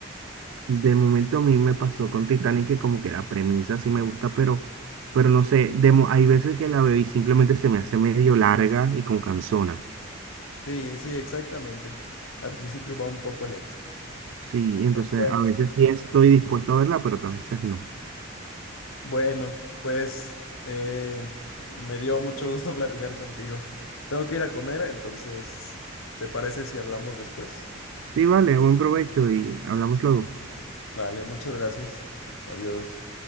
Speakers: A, on the right; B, on the left.
A: De momento a mí me pasó con Titanic que como que la premisa sí me gusta, pero, pero no sé, de mo- hay veces que la veo y simplemente se me hace medio larga y con cansona.
B: Sí, sí, exactamente. Al principio va un poco lento.
A: Sí, entonces
B: Bueno.
A: a veces sí estoy dispuesto a verla, pero otras veces no.
B: Bueno, pues eh, me dio mucho gusto <laughs> platicar contigo. Tengo que ir a comer, entonces, ¿te parece si hablamos después?
A: Sí, vale, buen provecho y hablamos luego.
B: Vale, muchas gracias. Adiós.